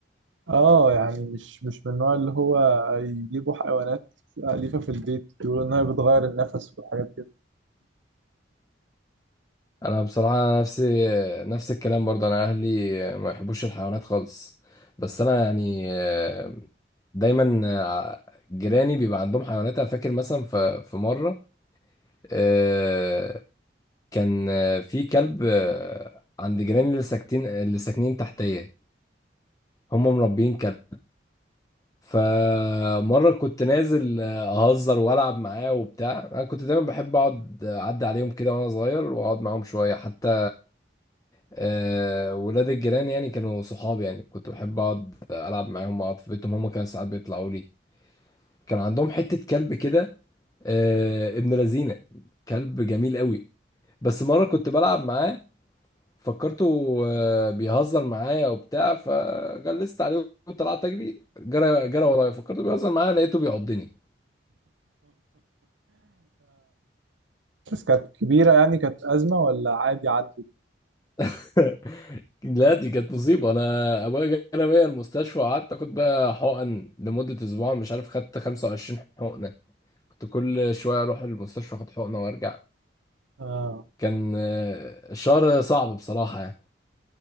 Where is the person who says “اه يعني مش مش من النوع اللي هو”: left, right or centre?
Right